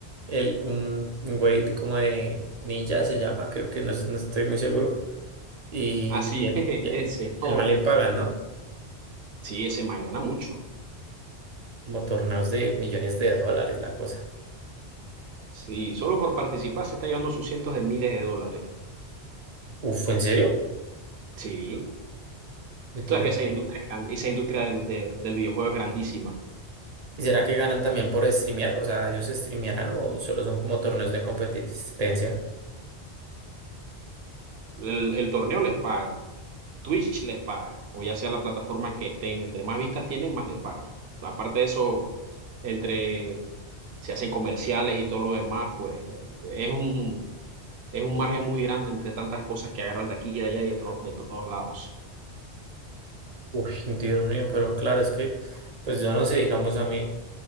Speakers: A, on the right; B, on the right.
A: el, un, un güey de- como de ninja, se llama, creo que no, es- no estoy muy seguro. Y,
B: Así,
A: y el,
B: <laughs> ese,
A: y el el
B: oh,
A: man le pagan, ¿no?
B: sí, ese man gana mucho.
A: Como torneos de millones de dólares, la cosa.
B: Sí, solo por participar se está llevando sus cientos de miles de dólares.
A: Uf, ¿en serio?
B: Sí.
A: Metido.
B: Tú sabes que esa industria, es gran- esa industria del, de- del videojuego es grandísima.
A: ¿Y será que ganan también por streamear? O sea, ¿ellos streamearán o solo son como torneos de competencia?
B: El, el torneo les paga, Twitch les paga, o ya sea la plataforma que estén, entre más vistas tienen, más les pagan. Aparte de eso, entre se hacen comerciales y todo lo demás, pues eh, es un, es un margen muy grande entre tantas cosas que agarran de aquí y de allá y de, tro- de todos lados.
A: Uy, Dios mío, pero claro, es que, pues yo no sé, digamos a mí,